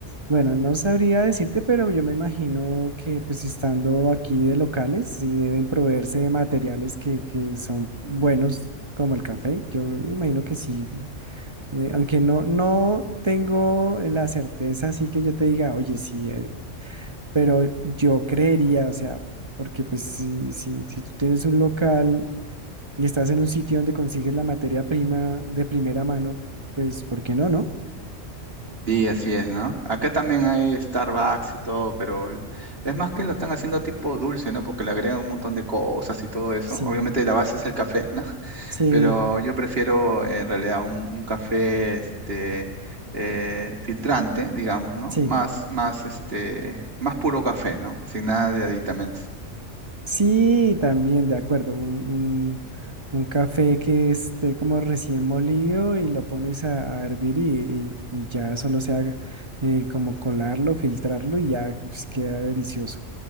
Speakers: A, on the right; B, on the right.
A: Bueno, no sabría decirte, pero yo me imagino que pues estando aquí de locales, sí deben proveerse de materiales que, que son
B: Mm.
A: buenos como el café. Yo me imagino que sí, eh, aunque no, no tengo la certeza, así que yo te diga, oye, sí, eh, pero yo creería, o sea, porque pues si, si, si tú tienes un local y estás en un sitio donde consigues la materia prima de primera mano, pues ¿por qué no, no?
B: Sí, así es, ¿no? Acá también hay Starbucks y todo, pero el- es más que lo están haciendo tipo dulce, ¿no? Porque le agregan un montón de cosas y todo eso.
A: Sí,
B: Obviamente la base es el café, ¿no? <laughs>
A: sí,
B: Pero yo prefiero eh, en realidad un, un café este, eh, filtrante, digamos, ¿no?
A: sí.
B: Más, más, este, más puro café, ¿no? Sin nada de aditamentos.
A: Sí, también, de acuerdo. Un, un- un café que esté como recién molido y lo pones a, a hervir y, y- y ya solo se haga eh, como colarlo, filtrarlo y ya pues, queda delicioso.